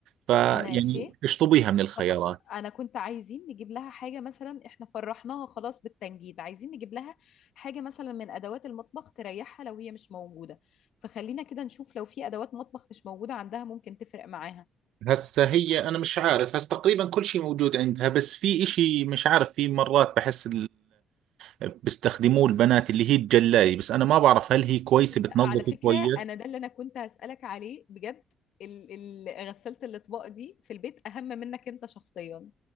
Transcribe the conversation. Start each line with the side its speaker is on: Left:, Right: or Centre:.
Right: فيعني
Left: ماشي
Right: اشطبيها من الخيارات
Left: طب انا كنت عايزين نجيب لها حاجه مثلا احنا فرحناها خلاص بالتنجيد عايزين نجيب لها حاجه مثلا من ادوات المطبخ تريحها لو هي مش موجوده فخلينا كده نشوف لو في ادوات مطبخ مش موجوده عندها ممكن تفرق معاها
Right: هسا هي انا مش عارف هسا تقريبا كل شيء موجود عندها بس في إشي مش عارف في مرات بحس بيستخدموه البنات اللي هي الجلاية بس أنا ما بعرف هل هي كويسة بتنظف
Left: على فكره
Right: كويس
Left: انا ده اللي انا كنت هسالك عليه بجد ال- ال- غساله الاطباق دي في البيت اهم منك انت شخصيا